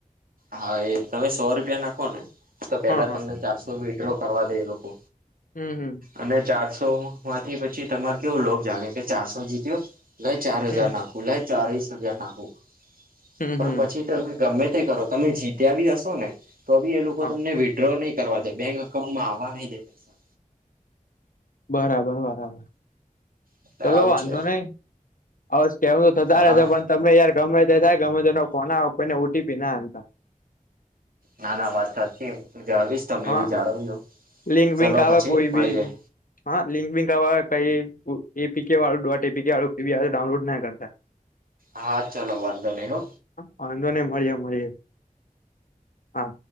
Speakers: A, on the right (about 80°); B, on the left (about 70°).
A: હા, એ તમે સો રૂપિયા નાખો ને તો પેલા
B: હ હ
A: તમને ચારસો તો વિડ્રો કરવા દે એ લોકો
B: હમ. હમ
A: અને ચારસો માંથી પછી તમાર કેવો લોભ જાગે કે ચારસો જીત્યો, ગઈ ચાર
B: હમ
A: હજાર ના ભુલાય ચાળસ હજ્યા નાખું
B: હમ
A: પણ
B: હમ
A: પછી તો ગમે તે કરો તમે જીત્યા બી હશો. ને તો બી એ લોકો
B: હા
A: તમને વિડ્રો નહી કરવા છે બેંક અઉન્ટમાં આવવા નહીિ દે પૈસા
B: બરાબર- બરાબર.
A: એટલે
B: ચલો
A: આવું
B: વાંધો
A: છે
B: નહી હ, સ્ કેમ તો થતા
A: હા
B: રહેશે પણ તમે યાર ગમે ત થાય ગમે તે ફોન આવો કોઈને ઓટીપી નાતા
A: ના ના વાત સાચી હું તું જાળવીશ તમે
B: હા
A: બી જાળવીજો
B: લિંક
A: ચલો
B: બિંક આવે
A: પછી
B: કોઈ
A: મળી
B: બી
A: જાય.
B: હા, લિંક બિંકવા કઈ એપી કે વાળું ડોટ એપી વાળું બી ડાઉનલોડ ના કરતા
A: હા ચાલો વાંધો નહીં. હો
B: વાંધો નહી. મળીએ મળીએે હા